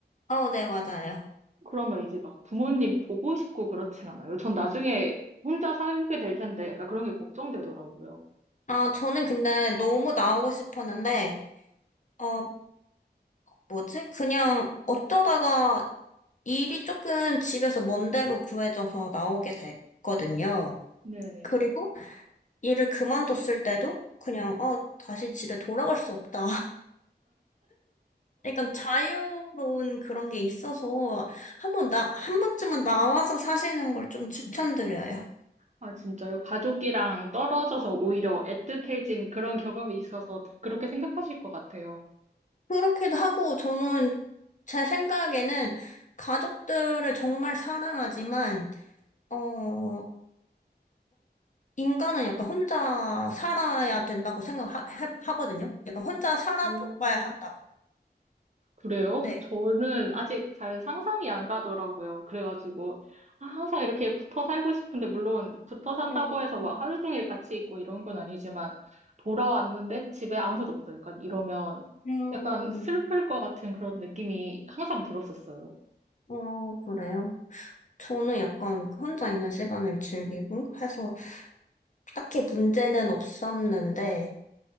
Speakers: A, on the left; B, on the right.
A: 어, 네, 맞아요.
B: 그러면 이제 막 부모님 보고 싶고 그렇진 않아요. 전 나중에 혼자 살게 될 텐데 약간 그런 게 걱정되더라고요.
A: 아, 저는 근데 너무 나오고 싶었는데, 어, 뭐지? 그냥 어쩌다가 일이 조금 집에서 먼 데로 구해져서 나오게 됐거든요.
B: 네네.
A: 그리고 일을 그만뒀을 때도 그냥, 어, 다시 집에 돌아갈 수 없다. 약간 자유로운 그런 게 있어서 한번 나, 한 번쯤은 나와서 사시는 걸 좀 추천드려요.
B: 아, 진짜요? 가족이랑 떨어져서 오히려 애틋해진 그런 경험이 있어서 그렇게 생각하실 것 같아요.
A: 그렇게도 하고 저는 제 생각에는 가족들을 정말 사랑하지만, 어, 어, 인간은 약간 혼자 살아야 된다고 생각하거든요. 약간 혼자 살아봐야
B: 오.
A: 한다고.
B: 그래요?
A: 네.
B: 저는 아직 잘 상상이 안 가더라고요. 그래가지고, 아, 항상 이렇게 붙어 살고 싶은데, 물론 붙어 산다고
A: 음,
B: 해서 막 하루 종일 같이 있고 이런 건 아니지만, 돌아왔는데 집에 아무도 없어요. 약간 이러면
A: 음,
B: 약간 슬플 것 같은 그런 느낌이 항상 들었었어요.
A: 어, 그래요. 저는 약간 혼자 있는 시간을 즐기고 해서 딱히 문제는 없었는데,